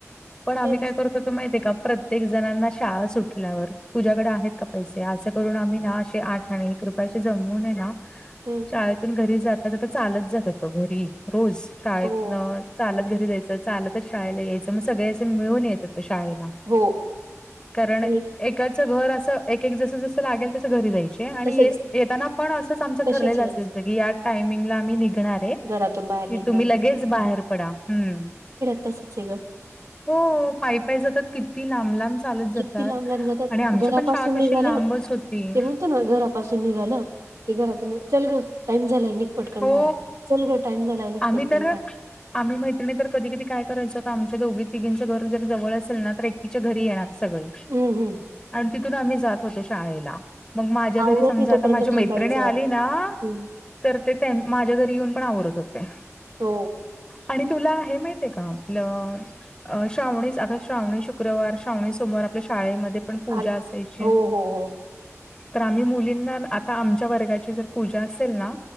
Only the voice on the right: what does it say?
तेच
हम्म!
हो
हो
आणि
तस
तसेच
आहेच
घरातून बाहेर
निघणार
तसंच आहे गं!
किती लांब लांब जातात
घरापासून
निघाला
ते म्हणतो घरापासून निेघालं ते घरातून चल ग टाइम झालाय, निघ पटकन
बाहेर. चल गं टाईम झालाय निघ
पटकन
बाहेर.
हम्म हम्म
आवरत
नाही तोपर्यंत
थांबायचं
हम्म
हो
अर
हो हो हो